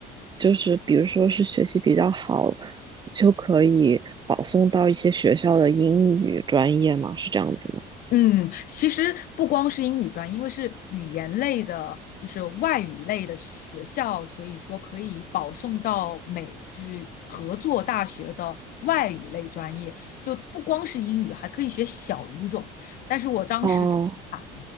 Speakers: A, on the right; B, on the left.
A: 就是比如说是学习比较好，就可以保送到一些学校的英语专业吗？是这样子吗？
B: 嗯，其实不光是英语专，业，因为是语言类的，就是外语类的学校，所以说可以保送到美，就是合作大学的外语类专业，就不光是英语，还可以学小语种。但是我当时就是懒，
A: 哦，